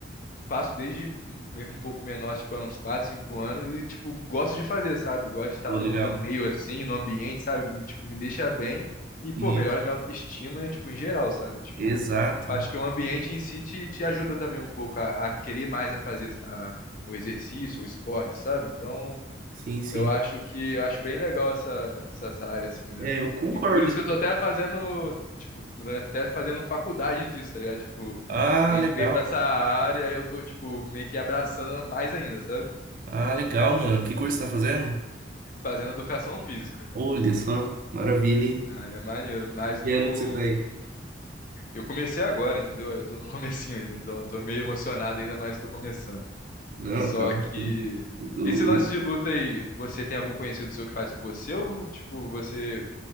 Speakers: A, on the left; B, on the right.
A: faço desde um, me- um pouco menor, tipo, há uns 4 5 anos e, tipo, gosto de fazer, sabe? Gosto de estar
B: Pô,
A: no,
B: legal.
A: no meio, assim, no ambiente, sabe? Me, tipo, me deixa bem e, pô,
B: Isso.
A: melhora minha autoestima, tipo, em geral, sabe? Tipo,
B: Exato.
A: acho que o ambiente em si te, te ajuda também um pouco a, a querer mais a fazer a, o exercício, o esporte, sabe? Então...
B: Sim, sim.
A: Eu acho que eu acho bem legal essa, essa, essa área, assim, né?
B: É, eu concordo.
A: E por isso que eu tô até fazendo, tipo, mudando, até fazendo faculdade disso, tá ligado? Tipo,
B: Ah,
A: entrei
B: legal.
A: pra essa área e eu tô, tipo, meio que abraçando mais ainda, sabe?
B: Ah, legal, mano. Que curso você tá fazendo?
A: Fazendo educação física.
B: Olha só, maravilha, hein?
A: Aí é maneiro. Mas
B: Que
A: no.
B: ano que você tá aí?
A: Eu comecei agora, entendeu? Eu tô no <laughs> comecinho ainda, então eu tô meio emocionado ainda, mas tô começando.
B: Não,
A: Só
B: tá
A: que.
B: aqui. O-
A: Esse lance
B: o-
A: de luta aí, você tem algum conhecido seu que faz com você ou, tipo, você